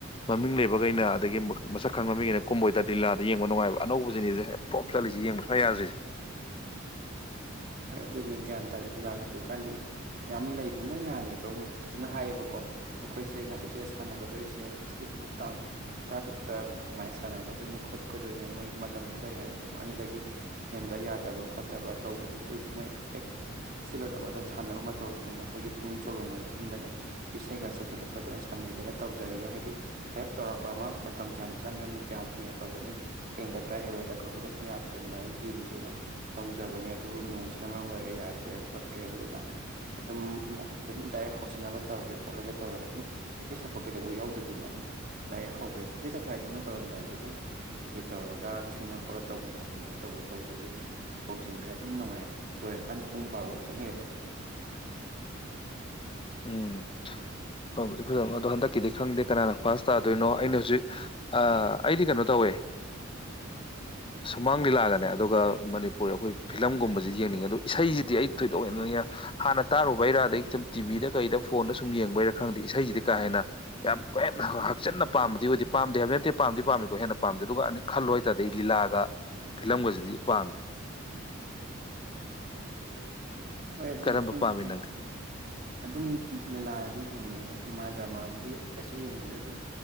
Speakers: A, on the left (about 25°); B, on the right (about 45°).
A: ꯃꯃꯤꯡ ꯂꯩꯕꯈꯩꯅ ꯑꯗꯒꯤ ꯃꯁꯛ ꯈꯪꯕ ꯃꯤꯈꯩꯅ ꯀꯨꯝꯕ ꯑꯣꯏꯇꯥꯔꯗꯤ ꯂꯤꯂꯥꯗ ꯌꯦꯡꯕ ꯅꯨꯡꯉꯥꯏꯕ ꯑꯅꯧꯕꯁꯤꯅꯤꯁꯦ ꯍꯦꯛ ꯄꯂꯣꯞ ꯆꯠꯂꯤꯁ ꯌꯦꯡꯕ ꯁ꯭ꯋꯥ ꯌꯥꯗ꯭ꯔꯤꯁꯦ
B: ꯍꯣꯏ ꯑꯗꯨꯅꯤ ꯒ꯭ꯌꯥꯟ ꯇꯥꯗꯦ ꯂꯤꯂꯥꯁꯦ ꯍꯧꯖꯤꯛꯀꯥꯟꯗꯤ ꯌꯥꯝ ꯂꯩꯕꯅꯦ ꯃꯣꯏ ꯅꯍꯥꯟꯒꯤꯗꯣ ꯐꯖꯅ ꯍꯥꯏꯌꯦꯕꯀꯣ ꯑꯩꯈꯣꯏꯁꯦ ꯉꯁꯤꯁꯤꯗ ꯁꯥꯟꯅꯒꯗꯣꯏꯁꯦ ꯐꯦꯁꯇꯤꯚꯦꯜ ꯇꯥꯡ ꯇꯔꯥꯇꯔꯨꯛꯇ ꯑꯗꯨꯃꯥꯏꯅ ꯁꯥꯟꯅꯒꯗꯣꯏꯅꯦ ꯈꯣꯠꯀꯗꯣꯏꯅꯦ ꯃꯣꯏꯒꯤ ꯃꯇꯝꯁꯨ ꯂꯩ ꯍꯥꯏꯌꯦ ꯄꯨꯡ ꯑꯅꯤꯗꯒꯤ ꯍꯦꯟꯕ ꯌꯥꯗꯕ ꯈꯣꯠꯇꯕ ꯇꯧꯕꯒꯤ ꯑꯩꯈꯣꯏꯁꯦ ꯃꯣꯏ ꯍꯦꯛ ꯐꯦꯁꯇꯤꯚꯦꯜ ꯑꯃꯗ ꯁꯥꯟꯅꯕ ꯃꯇꯧꯒꯨꯝꯕ ꯑꯩꯈꯣꯏꯒꯤ ꯄꯨꯡ ꯆꯣꯂꯣꯝꯒꯥꯟ ꯊꯤꯟꯗꯅ ꯏꯁꯩꯒ ꯁꯛꯇꯅ ꯈꯣꯠꯇꯅ ꯁꯥꯟꯅꯒꯦꯅ ꯇꯧꯖꯔꯒ ꯍꯥꯏꯗꯤ ꯍꯥꯏꯔꯦꯞ ꯆꯥꯎꯔꯥꯛꯄ ꯑꯃ ꯃꯇꯝ ꯀꯌꯥꯝ ꯆꯪꯒꯅꯤ ꯀꯌꯥꯝ ꯀꯨꯏꯅ ꯇꯧꯒꯅꯤ ꯍꯦꯟꯒꯗ꯭ꯔꯥ ꯍꯦꯜꯂꯣꯏꯗ꯭ꯔꯥ ꯀꯛꯊꯣꯛ ꯀꯥꯁꯤꯟ ꯌꯥꯕꯗ ꯑꯗꯨꯃꯥꯏꯅ ꯌꯦꯡꯒꯦꯅ ꯇꯧꯖꯕꯅꯤ ꯑꯗꯨꯕꯨ ꯅꯣꯡꯁꯤꯅ ꯃꯔꯝ ꯑꯣꯏꯔꯒ ꯌꯥꯗ꯭ꯔꯦ ꯈꯣꯠꯇ꯭ꯔꯦ ꯑꯗꯨꯗꯨꯅ ꯑꯗꯨꯝꯛ ꯑꯗꯨꯝ ꯗꯥꯏꯔꯦꯛ ꯍꯧꯖꯤꯟꯅꯕ ꯇꯧꯔꯒꯦ ꯈꯣꯠꯂꯒꯦ ꯇꯧꯔꯒ ꯑꯗꯨꯝ ꯏꯁꯩ ꯁꯛꯄ ꯀꯩꯗꯐꯥꯎ ꯌꯥꯎꯗꯕꯤꯗꯨꯅꯦ ꯑꯗꯨꯝ ꯗꯥꯏꯔꯦꯛ ꯍꯧꯈ꯭ꯔꯦꯕ ꯏꯁꯩ ꯁꯛꯄ ꯍꯥꯏꯗꯤ ꯃꯣꯏ ꯍꯧꯔꯝꯗꯥꯏꯒꯤ ꯑꯗꯨꯝ ꯀꯩꯀꯩ ꯇꯧꯔꯒ ꯈꯪꯉ ꯈꯣꯠꯂ ꯇꯧꯕꯗꯣ ꯑꯗꯨꯃꯥꯏꯅ ꯇꯧꯕ ꯇꯧꯗꯕꯗꯤ ꯑꯗꯨꯝ ꯍꯧꯖꯤꯟꯈ꯭ꯔꯦ ꯑꯗꯨꯝ ꯅꯨꯡꯉꯥꯏꯗ ꯑꯗꯨꯣꯏꯔꯀꯥꯟꯗ ꯄꯨꯡ ꯕꯥꯔꯣ ꯈꯤꯇꯪ ꯍꯦꯜꯂꯛꯑꯦ
A: ꯎꯝ ꯐꯕꯨꯗꯤ ꯐꯖꯕꯅꯦ ꯑꯗꯣ ꯍꯟꯗꯛꯀꯤꯗꯤ ꯈꯪꯗꯦ ꯀꯅꯥꯅ ꯐꯥꯔꯁ ꯇꯥꯗꯣꯏꯅꯣ ꯑꯩꯅ ꯍꯧꯖꯤꯛ ꯑꯩꯗꯤ ꯀꯩꯅꯣ ꯇꯧꯋꯦ ꯁꯨꯃꯥꯡ ꯂꯤꯂꯥꯒꯅꯦ ꯑꯗꯨꯒ ꯃꯅꯤꯄꯨꯔ ꯑꯩꯈꯣꯏ ꯐꯤꯂꯝꯒꯨꯝꯕꯁꯤꯗꯤ ꯌꯦꯡꯅꯤꯡꯉꯦ ꯑꯗꯣ ꯏꯁꯩꯁꯤꯗꯤ ꯑꯩ ꯊꯣꯏꯗꯣꯛ ꯍꯦꯟ ꯍꯥꯟꯅ ꯇꯥꯔꯨꯕꯩꯔꯥ ꯑꯗꯩ ꯁꯨꯝ ꯇꯤꯚꯤꯗ ꯀꯩꯗ ꯐꯣꯟꯗ ꯁꯨꯝ ꯌꯦꯡꯕꯩꯔ ꯈꯪꯗꯦ ꯏꯁꯩꯁꯤꯗꯤ ꯀꯥ ꯍꯦꯟꯅ ꯌꯥꯝ ꯍꯦꯟꯅ ꯍꯛꯆꯤꯟꯅ ꯄꯥꯝꯕꯗꯤ ꯑꯣꯏꯗꯦ ꯄꯥꯝꯗꯦ ꯍꯥꯏꯕꯗꯤ ꯅꯠꯇꯦ ꯄꯥꯝꯗꯤ ꯄꯥꯝꯃꯤꯀꯣ ꯍꯦꯟꯅ ꯄꯥꯝꯗꯦ ꯑꯗꯨꯒ ꯑꯩꯅ ꯈꯜꯂꯨ ꯍꯥꯏꯇꯥꯥꯔꯗꯤ ꯑꯩ ꯂꯤꯂꯥꯒ ꯐꯤꯂꯝꯒꯁꯤꯗꯤ ꯄꯥꯝꯃꯤ
B: ꯍꯣꯏ ꯑꯗꯨꯅꯤ
A: ꯀꯔꯝꯕ
B: ꯈꯪꯗꯦ ꯒ꯭ꯌꯥꯟ
A: ꯅꯪꯗꯤ
B: ꯇꯥꯗꯦ ꯑꯗꯨꯝ ꯂꯤꯂꯥꯅꯗꯤ ꯌꯦꯡꯅꯤꯡꯉꯦꯗꯁꯦ ꯁꯤꯅꯦꯃꯥ ꯗ꯭ꯔꯃꯥꯁꯤꯗꯤ ꯀꯩꯁꯨ ꯌꯦꯡꯅꯤꯡꯗ꯭ꯔꯦ ꯑꯗꯨꯝ